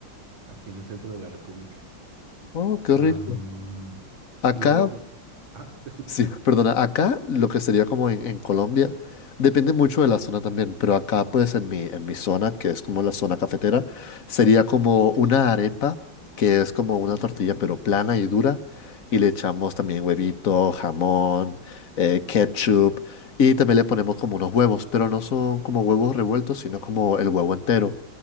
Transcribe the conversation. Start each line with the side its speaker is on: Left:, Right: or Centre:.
Right: aquí en el centro de la República.
Left: Oh, qué
Right: Am,
Left: rico. Sí. Acá,
Right: lo, ah, te escucho.
Left: Sí, perdona, acá lo que sería como en, en Colombia, depende mucho de la zona también, pero acá pues en mi, en mi zona, que es como la zona cafetera, sería como una arepa, que es como una tortilla pero plana y dura, y le echamos también huevito, jamón, eh, ketchup, y también le ponemos como unos huevos, pero no son como huevos revueltos, sino como el huevo entero,